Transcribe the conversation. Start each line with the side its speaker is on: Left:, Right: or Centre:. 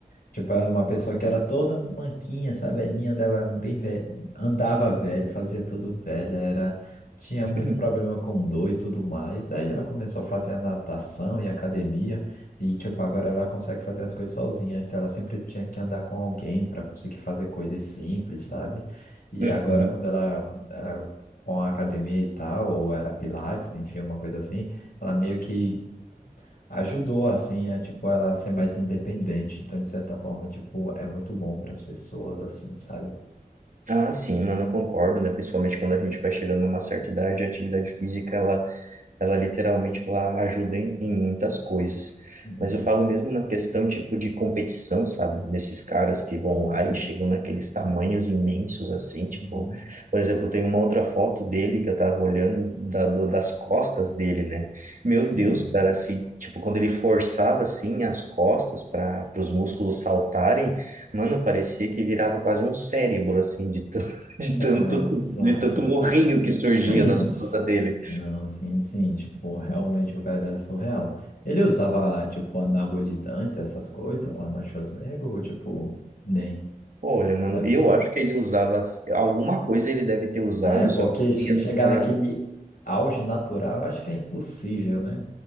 Left: Tipo, era uma pessoa que era toda manquinha, sabe? Velhinha, andava bem velha, andava velha, fazia tudo velha, era... tinha
Right: <laughs>
Left: muito problema com dor e tudo mais. Daí ela começou a fazer a natação e academia, e tipo, agora ela consegue fazer as coisas sozinha. Antes ela sempre tinha que andar com alguém para conseguir fazer coisas simples, sabe? E
Right: Uhum.
Left: agora, quando ela era com a academia e tal, ou era Pilates, enfim, uma coisa assim, ela meio que ajudou assim a tipo ela ser mais independente, então de certa forma, tipo, é muito bom para as pessoas assim, sabe?
Right: Ah, sim, mano, eu concordo, né? Principalmente quando a gente vai chegando numa certa idade, a atividade física, ela Ela literalmente ela ajuda em, em muitas coisas.
Left: Uhum.
Right: Mas eu falo mesmo na questão tipo de competição, sabe? Desses caras que
Left: Sim,
Right: vão lá
Left: sim.
Right: e chegam naqueles tamanhos imensos assim, tipo,
Left: Uhum.
Right: por exemplo, tem uma outra foto dele que eu tava olhando da, do- das costas dele, né? Meu
Left: Sim.
Right: Deus, cara, assim, tipo, quando ele forçava assim as costas para os músculos saltarem, mano, parecia que virava quase um cérebro assim de tan- <laughs> de
Left: Não,
Right: tanto
Left: exato,
Right: de tanto morrinho
Left: velho.
Right: que surgia
Left: <clears throat>
Right: nas costas
Left: Sim.
Right: dele.
Left: Não, sim, sim, tipo, realmente o cara era surreal. Ele usava, tipo, anabolizantes, essas coisas, o Arnold Schwarzenegger, ou, tipo, nem,
Right: Olha, mano,
Left: sabe? assim?
Right: eu acho que ele usava alguma coisa ele deve ter usado,
Left: É, porque
Right: só que
Left: che-
Right: tinha
Left: chegar
Right: uma.
Left: naquele auge natural, eu acho que é impossível, né?